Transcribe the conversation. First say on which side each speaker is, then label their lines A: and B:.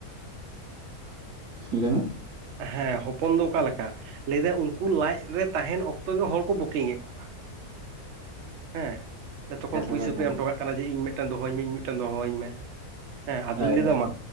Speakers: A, on the right; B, on the right.
A: ᱞᱟᱹᱭ ᱢᱮ
B: ᱦᱮᱸ, ᱦᱚᱯᱚᱱ ᱫᱚ ᱚᱠᱟ ᱞᱮᱠᱟ? ᱞᱟᱹᱭ ᱮᱫᱟᱭ ᱩᱱᱠᱩ ᱞᱟᱡ ᱨᱮ ᱛᱟᱦᱮᱱ ᱚᱠᱛᱚ ᱜᱮ ᱦᱚᱲ ᱠᱚ ᱵᱩᱠᱤᱝ ᱮᱫ <inaudible> ᱦᱮᱸ, ᱛᱚᱠᱷᱚᱱ
A: ᱠᱟᱛᱷᱟ
B: ᱯᱩᱭᱥᱟᱹ
A: ᱫᱚ
B: ᱠᱚ
A: ᱠᱟᱱ
B: ᱮᱢ
A: ᱜᱮᱭᱟ
B: ᱦᱚᱴᱚ ᱠᱟᱜ ᱠᱟᱱᱟ ᱡᱮ ᱤᱧ ᱢᱤᱫᱴᱮᱱ ᱫᱚᱦᱚᱟᱹᱧ ᱢᱮ ᱤᱧ ᱢᱤᱫᱴᱮᱱ ᱫᱚᱦᱚᱟᱹᱧ ᱢᱮ, ᱦᱮᱸ ᱟᱫᱚᱧ
A: ᱦᱳᱭ ᱦᱳᱭ
B: ᱞᱟᱹᱭᱟ ᱢᱟ